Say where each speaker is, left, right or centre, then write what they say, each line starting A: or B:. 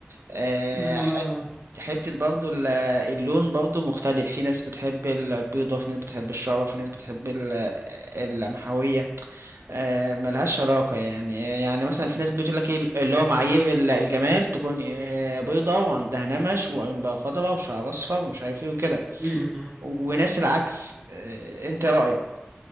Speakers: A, on the right (about 85°); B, on the right (about 20°).
A: آه،
B: أنا لما
A: حت-
B: انا
A: حتة برضو ال- اللون برضو مختلف في ناس بتحب البيضة في ناس بتحب الشعرة في ناس بتحب ال- آه، اللمحوية آه، ملهاش علاقة يعني يعني مثلا في ناس بتقول لك ايه اللي هو معايير ال- الجمال تكون آه، بيضة وعندها نمش وعيون بقى خضراء وشعر اصفر ومش عارف ايه وكده
B: مم.
A: وناس العكس آه، انت رأيك